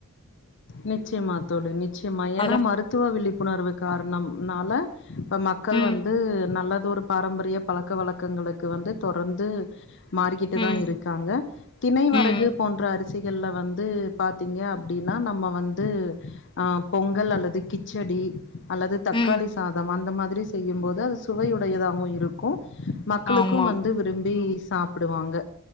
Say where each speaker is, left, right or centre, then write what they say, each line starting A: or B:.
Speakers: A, on the left; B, on the left.
A: நிச்சியமா தோழி நிச்சியமா ஏனா
B: அத
A: மருத்துவ விழிப்புணர்வு கார்ணம்னால இப்ப மக்கள்
B: ம்
A: வந்து நல்லதொரு பாரம்பரிய பழக்க வழக்கங்களுக்கு வந்து தொடர்ந்து மாறிக்கிட்டுதா
B: ம்
A: இருக்காங்க தினை வரகு
B: ம்
A: போன்ற அரிசிகள்ல வந்து பாத்தீங்க அப்டி னா நம்ம வந்து பொங்கல் ஆ அல்லது கிச்சடி அல்லது தக்காளி
B: ம்
A: சாதம் அந்த மாதிரி செய்யும்போது அது சுவையுடையதாவு இருக்கு மக்களுக்கு
B: ஆமா
A: வந்து விரும்பி சாப்புடுவாங்க